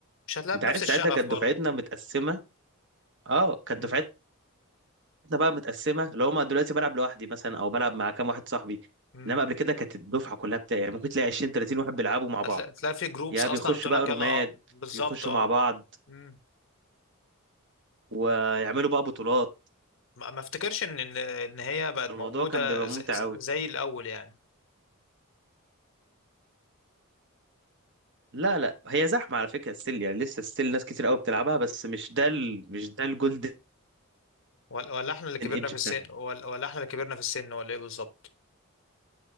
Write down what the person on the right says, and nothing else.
انت
عارف
ساعتها كانت
دفعتنا متقسمه اه كانت
دفعتنا احنا بقى متقسمه لو هما دلوقتي بلعب لوحدي مثلا او بلعب مع كام واحد صاحبي
انما قبل كده كانت الدفعه كلها بتاعي يعني ممكن تلاقي 20 30 واحد بيلعبوا مع بعض
يا
بيخشوا
بقى
رومات
يخشوا
مع بعض
ويعملوا بقى بطولات
الموضوع
كان بيبقى
ممتع
قوي
لا لا هي زحمه على فكره ستيل يعني لسه ستيل ناس كتير قوي بتلعبها بس مش ده ال... مش ده الجولدن
ايدج
بتاعها